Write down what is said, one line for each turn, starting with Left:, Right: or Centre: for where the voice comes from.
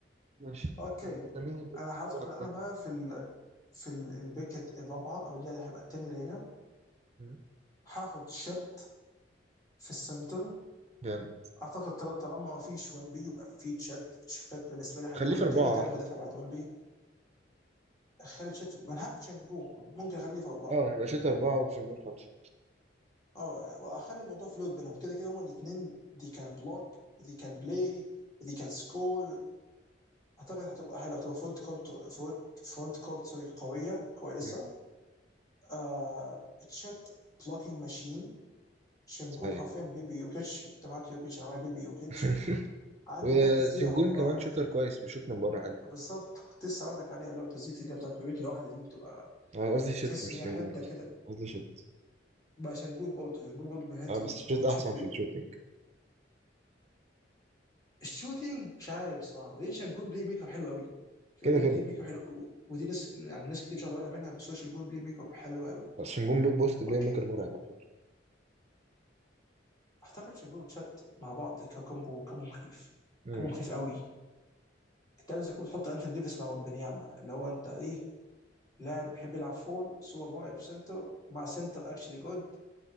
Right: ماشي
Left: اوكي
Right: طب انت مين اللي
Left: انا هدخل
Right: بتتوقع
Left: انا
Right: ده؟
Left: بقى في ال... في ال- البيكت الرابعه او اللي هيبقى التاني ليا
Right: مم.
Left: هاخد شت في السنتر
Right: جامد
Left: اعتقد طالما ما فيش 1 بي يبقى في تشات تشات بالنسبه لي هيكون
Right: خليه في اربعه
Left: تاني تابع
Right: احسن
Left: مدافع بعد 1 بي اخلي تشات ما انا هاخد شنجون ممكن اخليه في اربعه
Right: اه يبقى شوت اربعه وشنجون خمسه
Left: اه واخلي الموضوع فلويد بينهم كده كده هما الاثنين دي كان بلوك ودي كان بلاي ودي كان سكور اعتقد هتبقى حلوه هتبقى فرونت كونت فرونت فرونت كورت سوري قويه كويسه
Right: امم
Left: آه تشات بلوكينج ماشين شنجون
Right: صحيح
Left: حرفيا بيبي يوكيتش انت معاك يوكيتش انا معايا بيبي يوكيتش
Right: <laughs>
Left: عنده
Right: وسنجون
Left: كده تسديده هو طبعا
Right: كمان شوتر كويس بيشوت من بره حلو
Left: بالظبط كنت لسه هقول لك عليها اللي هو التسديده اللي هي بتاعت برجل واحده دي بتبقى
Right: أنا قصدي شوت
Left: بتحس
Right: مش
Left: ان هي
Right: سنجون
Left: حته
Right: اصلا
Left: كده
Right: قصدي شوت
Left: بقى شنجون برضه شنجون برضه بيحط
Right: اه بس
Left: بيشوط
Right: شوت احسن في الشوتنج
Left: الشوتينج مش عارف الصراحه وبعدين شانجون بلاي ميك اب حلو قوي شانجون
Right: كده كده
Left: بلاي ميك اب حلو قوي ودي ناس يعني ناس كتير مش واخده بالها منها بس هو شانجون بلاي ميك اب حلو قوي
Right: بس نجوم بيب بوست بلاي
Left: اوكي
Right: ميكر مرعب على فكرة
Left: اعتقد شانجون وتشات مع بعض ككومبو كومبو مخيف
Right: امم
Left: كومبو مخيف قوي انت عايز تكون بتحط انتون ديفيس مع ومبنياما اللي هو انت ايه لاعب بيحب يلعب فور سوى مرعب سنتر ومع سنتر اكشلي جود